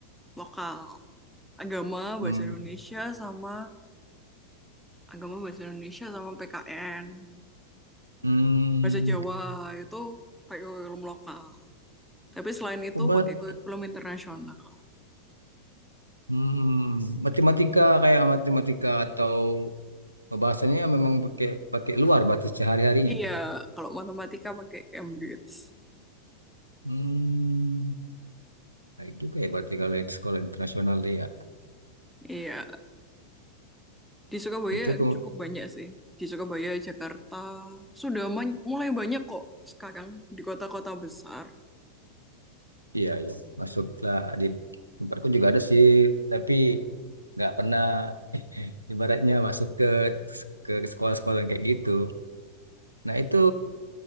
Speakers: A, in the centre; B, on the right.
A: lokal. Agama,
B: Hmm,
A: bahasa Indonesia, sama agama bahasa Indonesia sama PKN
B: hmm,
A: bahasa Jawa itu pakai kurikulum lokal tapi selain itu
B: coba,
A: pakai kurikulum internasional
B: hmm, matematika kayak matematika atau bahasanya memang pakai pakai luar batas sehari-harinya.
A: iya kalau matematika pakai Cambridge
B: Hmm, baik juga ya berarti kalau yang sekolah internasional dia ya.
A: iya di Surabaya
B: Itu kok
A: cukup banyak sih di Surabaya Jakarta sudah man- mulai banyak kok sekarang di kota-kota besar
B: iya iya masuklah di tempatku juga ada sih, tapi nggak pernah <laughs> ibaratnya masuk ke ke sekolah-sekolah yang kayak gitu. Nah, itu